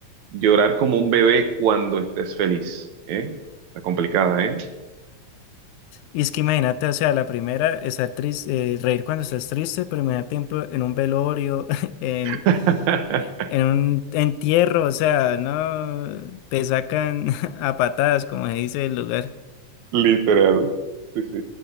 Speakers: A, on the right; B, on the left.
A: llorar como un bebé cuando estés feliz? ¿Eh? Está complicada, ¿eh?
B: Y es que imagínate, o sea, la primera, estar triste, eh, reír cuando estás triste, pero imagínate en, pro- en un velorio, <laughs> en,
A: <laughs>
B: eh, en un entierro, o sea, no te sacan <laughs> a patadas, como se dice el lugar.
A: Literal. Sí, sí,